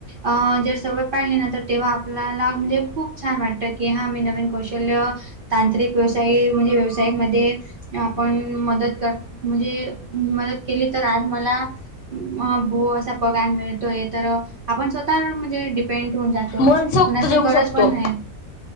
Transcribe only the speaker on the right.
अं जर सवय पाळली ना तर तेव्हा आपल्याला म्हणजे खूप छान वाटत की हा मी नवीन कौशल्य तांत्रिक व्यवसाय म्हणजे व्यवसायमध्ये आपण मदत कर म्हणजे मदत केली तर आज मला भू असा पगार मिळतोय तर आपण स्वतः म्हणजे पेंट होऊन जातो
कोणाची
गरज
पण नाही